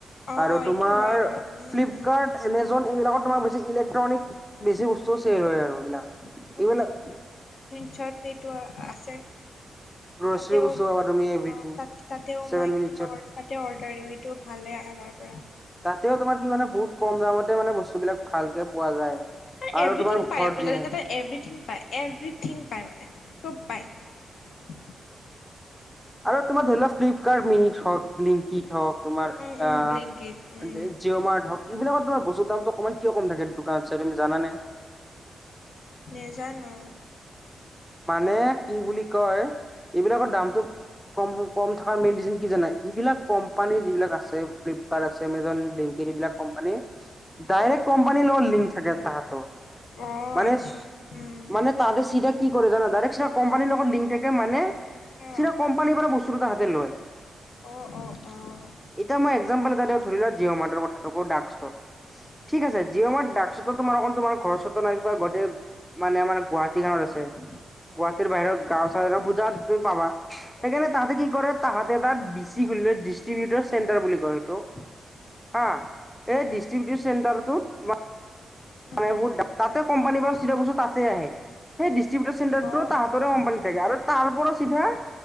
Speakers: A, on the left; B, in the centre.
A: অ
B: আৰু
A: এইটো
B: তোমাৰ
A: হয় বাৰু উম
B: ফ্লিপকাৰ্ট
A: উম
B: এমেজন এইবিলাক তোমাক বেছি ইলেক্ট্ৰনিক বেছি বস্তু চেল হয় আৰু এইবিলাক এইবিলাক
A: পিছত এইটো আছে।
B: গ্ৰচাৰী
A: তাতেও
B: বস্তু পাবা তুমি
A: অ
B: এভ্ৰিথিং
A: তাতেও
B: ছেভেন
A: মই কেতিয়া
B: মিনিটছত
A: তাতে অৰ্ডাৰ দিওঁ। টো ভালে আহে তাৰ পৰা।
B: তাতেও তোমাৰ কি মানে বহুত কম দামতে মানে বস্তুবিলাক ভালকে পোৱা যায়।
A: আৰু এভ্ৰিথিং
B: তোমাৰ
A: পায়
B: ঘৰত
A: আপুনি
B: যি
A: জানেনে এভ্ৰিথিং পায় এভ্ৰৰিথিং পাই মানে চব পায়।
B: আৰু তোমাৰ ধৰি লোৱা ফ্লিপকাৰ্ট মিনিত হওক, লিংকিত হওক- তোমাৰ
A: উম উম
B: অ
A: ব্লিংকিত উম
B: জিঅ' মাৰ্ট হওক। এইবিলাকত তোমাৰ বস্তুৰ দামটো অকণমান কিয় কম থাকে দোকানত চ তুমি জানানে।
A: নেজানো।
B: মানে কি বুলি কয় এইবিলাকৰ দামটো কম কম থকা মেইন ৰিজন কি জানাই এইবিলাক কোম্পানী যিবিলাক আছে ফ্লিপকাৰ্ট আছে, আমেজন, ব্লিংকিত এইবিলাক কোম্পানীয়ে ডাইৰেক্ট
A: উম
B: কোম্পানী লগত লিংক থাকে তাহেতৰ,
A: অ
B: মানে
A: আচ্ছা উম
B: মানে তাহেতি চিধা কি কৰে জানা ডাইৰেক্ট চিধা কোম্পানীৰ লগত লিংক থাকে মানে
A: অ
B: চিধা কোম্পানীৰ পৰা বস্তুটো তাহাতে লয়।
A: অ <inaudible> অঁ অঁ।
B: এতিয়া মই একসাম্পল এটা দিওঁ ধৰি লোৱা। জিঅ'মাৰ্তৰ কথাটো কওঁ ডাক্ষ্টৰ।
A: উম
B: ঠিক আছে জিঅ'মাৰ্ত ডষ্ট- তোমাৰ অকল তোমাৰ ঘৰৰ <unintelligible> নাই বা মানে আমাৰ গুৱাহাটীখতন আছে। গুৱাহাটীৰ বাহিৰৰ গাঁও চাওঁ পূজা তুমি পাবা। সেইকাৰণে
A: উম
B: তাহাঁতে কি কৰে তাহাঁতে তাৰ- কি খুলিলে ডিষ্ট্ৰিবউটৰ চেণ্টাৰ বুলি কয়। এইটো।
A: আচ্ছা
B: হা
A: উম
B: এই ডিষ্ট্ৰিবউচন চেণ্টাৰটোত-
A: উম
B: মানে বহুত তাতে কোম্পানীৰ পৰা চিধা বস্তু তাতে আহে সেই ডিষ্ট্ৰি- উতৰ চেণ্টাৰটো
A: অ
B: তাহতৰে
A: অ
B: কোম্পানীত
A: অ
B: থাকে আৰু তাৰ পৰা চিধা-